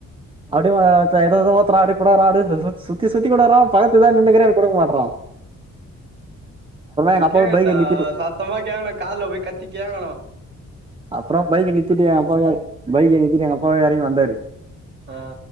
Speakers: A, on the right; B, on the right.
A: அப்டே ஆ ஏதோ ஏதோ ஓத்தரா அப்டே குடுக்குற அப்டே சு சுத்தி சுத்தி குடுக்குற பாத்துதா நின்னுக்குற எனக்குக் குடுக்கக்மாற்ற
B: நீ
A: எங்க அப்பாவை
B: கேக்கன்னுடா
A: பைக்கை நிறுத்திட்டு
B: சத்தமா கேக்கணு காதுல போய் கத்தி கேக்கணு
A: அப்றோ பைக் நித்திட்டு எங்க அப்பாவே பைக் நித்திட்டு எங்க அப்பாவே எறங்கி வந்தாரு
B: ஆ.